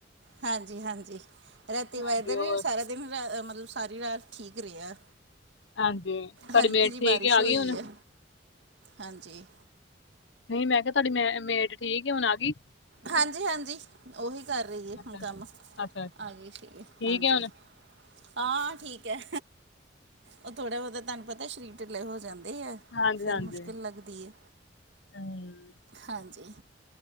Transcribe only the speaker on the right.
ਹਾਂਜੀ- ਹਾਂਜੀ ਰਾਤੀ ਵੈਦਰ
ਵੀ ਸਾਰਾ ਦਿਨ ਰਾ ਮਤਲਬ ਸਾਰੀ ਰਾਤ ਠੀਕ ਰਿਹਾ।
ਹਲਕੀ
ਜਿਹੀ
ਬਾਰਿਸ਼
ਹੋਈ
ਹੈ, ਹਾਂਜੀ।
ਹਾਂਜੀ- ਹਾਂਜੀ। ਉਹੀ ਕਰ ਰਹੀ ਹੈ
ਹੁਣ ਕੰਮ,
ਆ ਗਈ ਸੀਗੀ
ਹਾਂਜੀ।
ਹਾਂ ਠੀਕ ਹੈ, ਉਹ ਥੋੜਾ ਬਹੁਤਾ ਤੁਹਾਨੂੰ ਪਤਾ ਸਰੀਰ ਢਿੱਲੇ ਹੋ ਜਾਂਦੇ ਏ ਆ।
ਫੇਰ ਮੁਸ਼ਕਿਲ ਲੱਗਦੀ ਏ,
ਹਾਂਜੀ।